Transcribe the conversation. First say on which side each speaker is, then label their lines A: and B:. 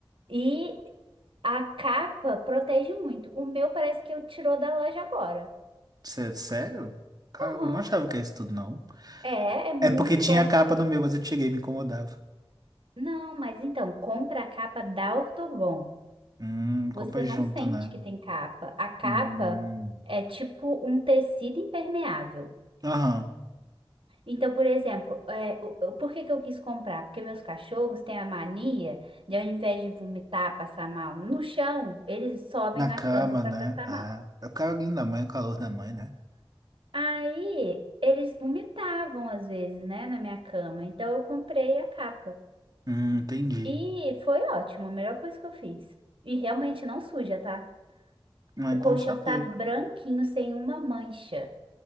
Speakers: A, on the right; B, on the right.
A: E A capa protege muito. O meu parece que eu tirou da loja agora.
B: Sé- Sério? Caramba,
A: Aham.
B: eu não achava que era isso tudo, não.
A: É, é muito
B: É porque tinha
A: bom.
B: capa no meu, mas eu tirei, me incomodava.
A: Não, mas então, compra a capa da Ortobon.
B: Hum, compra
A: Você não
B: junto,
A: sente
B: né?
A: que tem capa. A capa
B: Hum.
A: é tipo um tecido impermeável.
B: Aham.
A: Então, por exemplo, é, o- o- por que que eu quis comprar? Porque meus cachorros têm a mania de, ao invés de vomitar, passar mal no chão, eles sobem
B: Na
A: na
B: cama,
A: cama para
B: né?
A: passar
B: Ah,
A: mal.
B: é o carinho da mãe, o calor da mãe, né?
A: Aí eles vomitavam às vezes, né, na minha cama. Então eu comprei a capa.
B: Hum, entendi.
A: E foi ótimo, a melhor coisa que eu fiz. E realmente não suja, tá?
B: Mas
A: O
B: é
A: colchão
B: bom saber.
A: tá branquinho, sem uma mancha